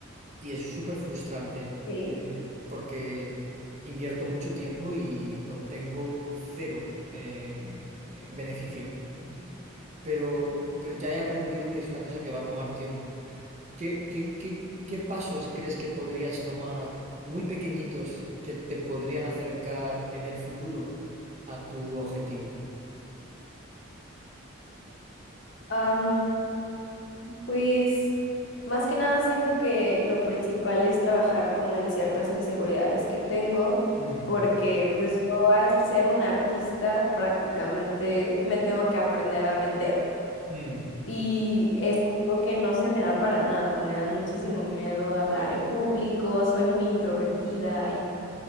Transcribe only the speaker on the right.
y es súper frustrante,
em, porque invierto mucho tiempo y obtengo cero, em, eh, beneficio. Mm, Pero, pero ya he aprendido que es una cosa que va a tomar tiempo. ¿Qué, qué, qué, qué pasos crees que podrías tomar muy pequeñitos que te podrían acercar en el futuro a tu objetivo?
Mm,
mm,